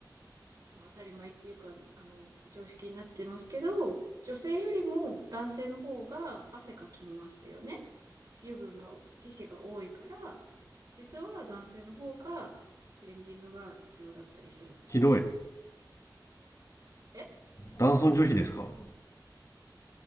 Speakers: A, on the right; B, on the left.
A: まあ、当たり前っていうか、あの、常識になってますけど、女性よりも男性の方が汗かきますよね。油分が、皮脂が多いから、実は男性の方がクレンジングが必要だったりするんですよ。
B: ひどい。
A: え
B: 男尊女卑ですか